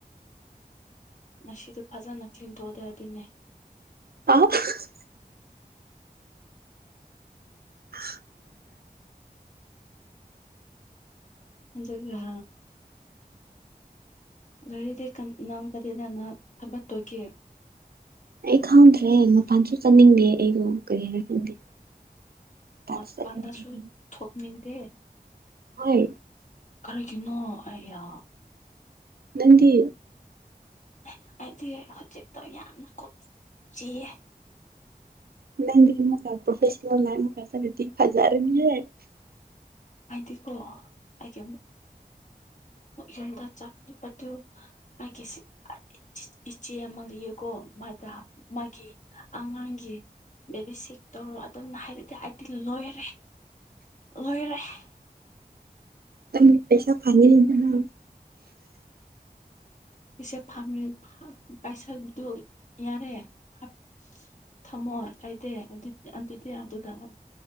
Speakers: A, on the left; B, on the right.
A: ꯉꯁꯤꯗꯣ ꯐꯖꯅ ꯊꯤꯟꯊꯣꯛꯑꯗꯦ ꯑꯗꯨꯅꯦ꯫
B: ꯑ <unintelligible> <inaudible>
A: ꯑꯗꯨꯒ__ ꯒꯥꯔꯤꯗꯤ ꯅꯪ ꯀꯗꯤꯗꯅ ꯊꯕꯠꯇꯣꯏꯒꯦ꯫
B: ꯑꯩ ꯈꯪꯗ꯭ꯔꯦ ꯃꯄꯥꯟꯁꯨ ꯆꯥꯅꯤꯡꯗꯦ ꯑꯩꯗꯣ ꯀꯔꯤꯅ ꯈꯪꯗꯦ꯫ ꯃꯄꯥꯟꯁꯨ
A: ꯃꯄꯥꯟꯗꯁꯨ
B: ꯆꯠꯅꯤꯡꯗꯦ ꯑꯩ
A: ꯊꯣꯛꯅꯤꯡꯗꯦ꯫
B: ꯍꯣꯏ
A: ꯀꯩꯅꯣ ꯑꯌꯥ
B: ꯅꯪꯗꯤ꯫
A: ꯑ ꯑꯥꯗꯤ ꯍꯧꯖꯤꯛꯇꯣ ꯑꯩ ꯌꯥꯝꯅ ꯀꯨꯞ ꯆꯤꯌꯦ
B: ꯅꯪꯗꯤ ꯑꯃꯨꯛꯀꯥ ꯄꯣ꯭ꯔꯐꯦꯁꯜꯅꯦꯜ ꯂꯥꯏꯟꯗ ꯆꯠꯂꯗꯤ ꯐꯖꯔꯅꯤꯌꯦ
A: ꯑꯩꯗꯤ ꯀꯣ ꯑꯩꯗꯤ ꯑꯃꯨꯛ ꯍꯣ ꯌꯨꯝꯗ ꯆꯥꯛ ꯑꯇꯨ <unintelligible> ꯑꯩꯒꯤꯁꯤ ꯑ ꯏꯆꯦ ꯑꯃ ꯂꯩꯌꯦꯀꯣ ꯃꯥꯗ ꯃꯥꯒꯤ ꯑꯉꯥꯡꯒꯤ ꯕꯦꯕꯤ ꯁꯤꯠ ꯇꯧꯔꯣ ꯑꯗꯨꯝꯅ ꯍꯥꯏꯔꯗꯤ ꯑꯩꯗꯤ ꯂꯣꯏꯔꯦ ꯂꯣꯏꯔꯦ
B: ꯇꯪ ꯄꯩꯁꯥ ꯐꯪꯅꯤꯡꯗ꯭ꯔꯣ
A: ꯄꯩꯁꯥ ꯐꯪꯔ ꯐ ꯄꯩꯁꯥꯗꯨ ꯌꯥꯔꯦꯍ ꯊꯝꯃꯣꯏ ꯂꯩꯇꯦ ꯑꯗꯨ ꯑꯗꯨꯗꯤ ꯗꯨꯒꯁ